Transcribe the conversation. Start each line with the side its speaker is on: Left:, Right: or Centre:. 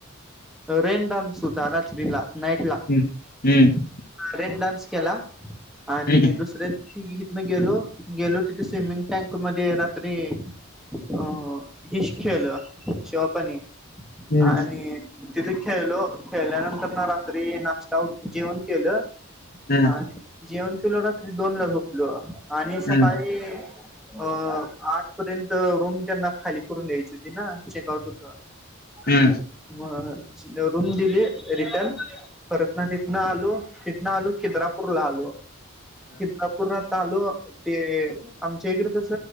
Centre: रेन डान्स होता रात्रीला नाईट ला
Left: हम्म हम्म
Centre: रेन डान्स केला आणि
Left: हम्म
Centre: दुसरे ही हितन गेलो गेलो तिथे स्विमिंग टँक मध्ये रात्री अ हिश खेल शॉपनी
Left: हम्म
Centre: आणि तिथे खेळलो खेळल्यानंतर ना रात्री नाश्ता जेवण केलं.
Left: हम्म
Centre: आणि जेवण केलो रात्री दोन ला झोपलो आणि सकाळी
Left: हम्म
Centre: अ आठ पर्यंत रूम त्यांना खाली करून द्यायची होती ना चेकआउट होत.
Left: हम्म
Centre: म रूम दिली रिटन खरतना तिथन आलो तिथन आलो खिद्रापूर ला आलो. खिद्रापुरात आलो ते आमच्या इकड कस